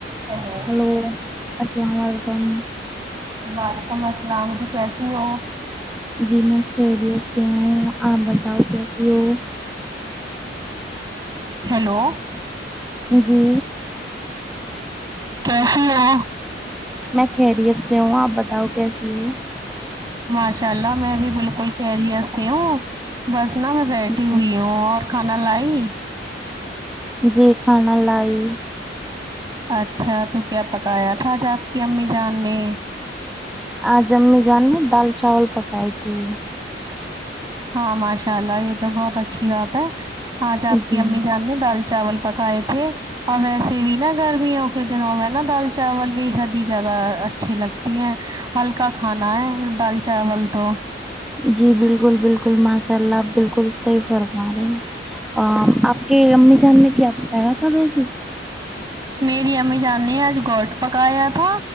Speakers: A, on the right (about 20°); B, in the centre.
A: hello
B: hello السلام علیکم
A: جی وعلیکم السلام جی کیسی ہو
B: جی میں خیریت سے ہوں آپ بتاؤ کیسی ہو
A: ہیلو
B: جی
A: کیسی ہو
B: میں خیریت سے ہوں آپ بتاؤ کیسی ہو
A: ماشاء اللہ میں بھی بالکل خیریت سے ہوں بس نا میں بیٹھی ہوئی
B: جی
A: ہوں اور کھانا لائی
B: جی کھانا لائی
A: اچھا تو کیا پکایا تھا آج آپ کی امی جان نے
B: آج امی جان نے دال چاول پکائی تھی
A: ہاں ماشاء اللہ یہ تو بہت اچھی بات ہے آج آپ کی
B: جی
A: امی جان نے دال چاول پکائے تھے اور ویسے بھی نا گرمیوں کے دنوں میں نا دال چاول بے حد ہی زیادہ اچھے لگتی ہیں ہلکا کھانا ہے دال چاول تو
B: جی بالکل بالکل ماشاء اللہ آپ بالکل صحیح فرما رہے ہیں آپ کے امی جان نے کیا پکایا تھا ویسے
A: میری امی جان نے آج گوٹ پکایا تھا